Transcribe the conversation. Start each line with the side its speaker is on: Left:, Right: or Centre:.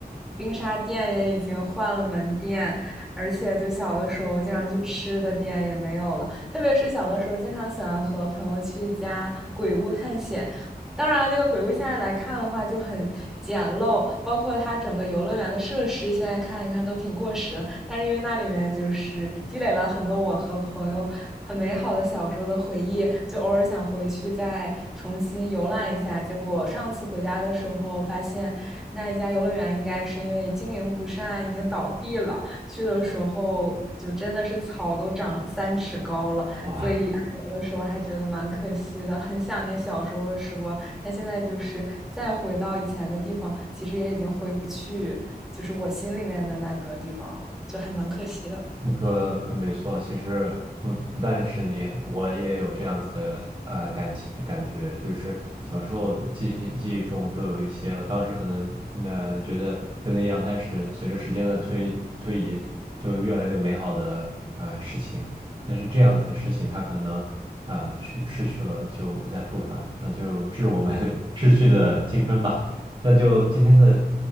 Centre: 冰沙店也已经换了门店，而且就小的时候经常去吃的店也没有了。特别是小的时候，经常喜欢和朋友去一家鬼屋探险，当然，那个鬼屋现在来看的话就很简陋，包括它整个游乐园的设施，现在看一看都挺过时。但是因为那里面就是积累了很多我和朋友很美好的小时候的回忆，就偶尔想回去再重新游览一下。结果上次回家的时候发现，那一家游乐园应该是因为经营不善已经倒闭了。去的时候就真的是草都长三尺高了。
Right: 哇
Centre: 所以有的时候还觉得蛮可惜的，很想念小时候的时光，但现在就是再回到以前的地方，其实也已经回不去，就是我心里面的那个地方了，就还蛮可惜的。
Right: 你说呃没错，其实不不但是你，我也有这样子的呃感情感觉，就是小时候记忆记忆中都有一些，我当时可能呃觉得就那样，但是随着时间的推推移，就越来越美好的呃事情。但是这样子的事情，它可能啊、呃去失去了，就不再复返，那就致我们 <laughs> 逝去的青春吧。那就今天的